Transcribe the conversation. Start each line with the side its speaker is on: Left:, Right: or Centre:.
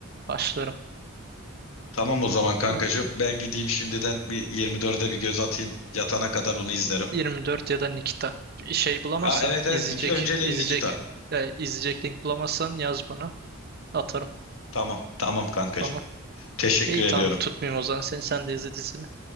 Right: Başlarım.
Left: Tamam o zaman kankacığım.
Right: Evet.
Left: Ben gideyim şimdiden bir 24'e bir göz atayım. Yatana kadar onu izlerim.
Right: 24 ya da Nikita. Bir Şey bulamazsan
Left: Aa, evet evet.
Right: izleyecek
Left: Nik önceliğim
Right: izleyecek
Left: Nikita.
Right: e, izleyecek link bulamazsan yaz bana. Atarım.
Left: Tamam tamam kankacığım.
Right: Tamam.
Left: Teşekkür
Right: İyi
Left: ediyorum.
Right: tamam tutmayayım o zaman seni sen de izle dizini.